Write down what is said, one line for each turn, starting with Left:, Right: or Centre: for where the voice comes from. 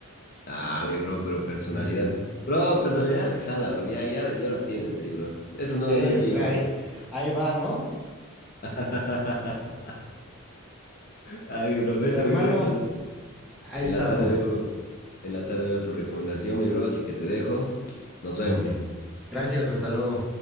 Left: Ah, mi bro, pero personalidad.
Centre: <laughs>
Left: Bro, personalidad jala, bro. Ya, ya, ya la tienes ahí, bro. Eso no,
Centre: Sí,
Left: no es
Centre: pues
Left: gym,
Centre: ahí,
Left: papá.
Centre: ahí va, ¿no?
Left: <laughs> Ah, mi bro,
Centre: Pues
Left: vete,
Centre: hermano,
Left: mi bro. Entonces,
Centre: ahí
Left: en
Centre: estamos.
Left: la tarde veo, en la tarde veo tu recomendación, mi bro, así que te dejo. Nos vemos.
Centre: Muy bien. Gracias, hasta luego.